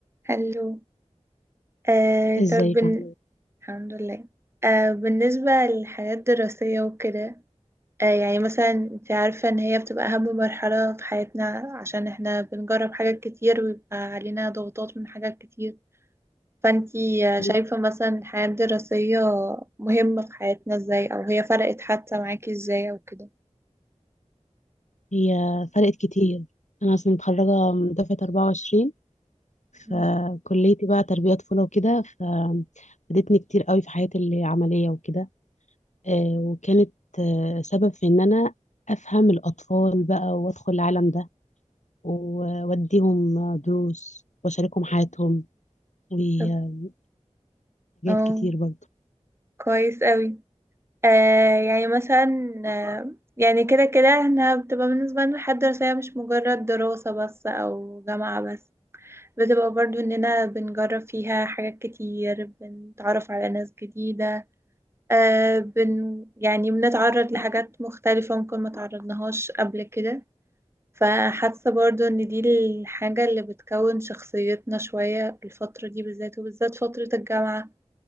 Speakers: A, on the right; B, on the left.
A: حلو آه
B: ازيك
A: طب بن...
B: عاملة ايه؟
A: الحمد لله آه بالنسبة للحياة الدراسية وكده آه يعني مثلا انت عارفة ان هي بتبقى اهم مرحلة في حياتنا عشان احنا بنجرب حاجات كتير ويبقى علينا ضغوطات من حاجات كتير فانتي آه،
B: طيب،
A: شايفة مثلا الحياة الدراسية مهمة في حياتنا ازاي او هي فرقت حتى معاكي ازاي او كده
B: هي فرقت كتير انا اصلا متخرجة من دفعة 24
A: مم.
B: فكليتي بقى تربية طفولة وكده ففادتني كتير قوي في حياتي العملية وكده آه، وكانت آه، سبب في ان انا افهم الاطفال بقى وادخل العالم ده و- واديهم دروس واشاركهم حياتهم وحاجات
A: طب اه
B: كتير برضه
A: كويس قوي آه يعني مثلا آه يعني كده كده احنا بتبقى بالنسبة لنا الحياة الدراسية مش مجرد دراسة بس أو جامعة بس بتبقى برضو إننا بنجرب فيها حاجات كتير بنتعرف على ناس جديدة آه بن يعني بنتعرض لحاجات مختلفة ممكن ما تعرضناهاش قبل كده فحاسة برضو إن دي الحاجة اللي بتكون شخصيتنا شوية الفترة دي بالذات وبالذات فترة الجامعة